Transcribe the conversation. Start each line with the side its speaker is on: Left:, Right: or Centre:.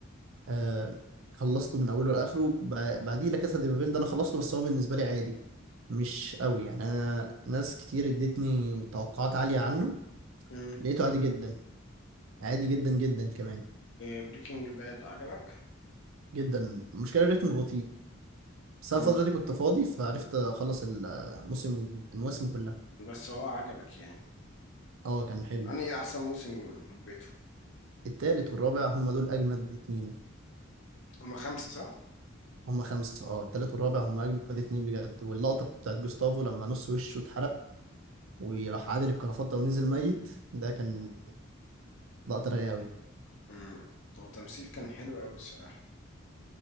Right: آه، خلصته من أوله لآخره ب- بعديه لا كاسا دي بابيل ده أنا خلصته بس هو بالنسبة لي عادي مش قوي يعني أنا ناس كتير ادتني توقعات عالية عنه
Left: امم
Right: لقيته عادي جدا عادي جدا جدا كمان
Left: بريكنج باد عجبك
Right: جدا المشكلة الريتم بطيء بس
Left: مم.
Right: أنا الفترة دي كنت فاضي فعرفت أخلص الموسم المواسم كلها
Left: بس هو عجبك يعني
Right: اه كان حلو
Left: انا احسن موسم حبيته
Right: التالت والرابع هم دول أجمد اتنين
Left: هما خمسة صح
Right: هم خمسة اه التالت والرابع هم أجمد اتنين بجد واللقطة بتاعت جوستافو لما نص وشه اتحرق وراح عادل الكرافتة ونزل ميت ده كان لقطة رايقة أوي
Left: مم. هو تمثيل كان حلو قوي الصراحه